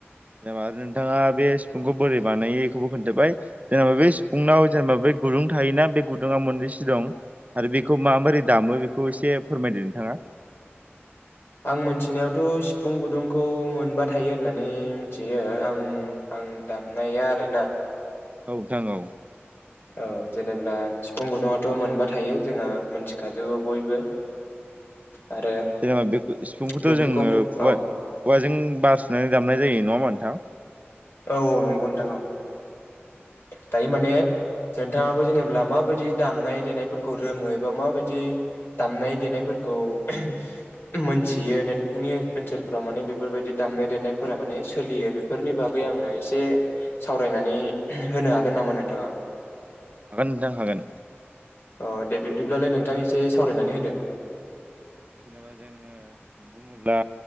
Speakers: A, on the right; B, on the left.
A: जेनेबा आरो नोंथाङा बे सिफुंखौ बोरै बानायो इखौबो खोन्थाबाय जेनेबा बे सिफुंनाव
B: उम
A: जेनेबा बै गुदुं थायोना बे गुदुङा मोननैसो दं आरो बेखौ माबोरै दामो बेखौ एसे फोरमायदो नोंथाङा
B: आं मिथिनायावथ' सिफुं गुदुंखौ मोनबा थायो होननानै मिथियो आं आं दामनायया आरोना <unintelligible>
A: औ नोंथां औ <unintelligible>
B: औ जेनेब्ला सिफुं गुदुथ' मोनबा थायो जोंहा मिथिखाजोबो बयबो
A: <unintelligible>
B: आरो
A: जेनेबा बे सिफुंखौथ'
B: बेफोरखौ
A: जोङोु खुवाजों
B: औ
A: बार सुनानै दामनाय <inaudible> जायो नङ मोनथां <unintelligible>
B: औ नंगौ नोंथां औ दायो माने <inaudible> नोंथाङाबो जेनेा माबायदि दामनाय देनायफोरखौ रोङो एबा माबायदि दामनाय देनाय <inaudible> मोनथि नोंथनि ओनसोलफोराव माने बेफोरबायदि दामनाय देनायफोरााव <unintelligible> माने सोलियो बेफोरनि बाग <inaudible> आंनो एसे सावरायनानै होनो हागोन नामा नोंथाङा
A: हागोन नोंथां हागोन
B: अ दे बिब्दिब्लालाय नोंथां एसे सावरायनानै होदो
A: जेनेबा जोङो बुङोब्ला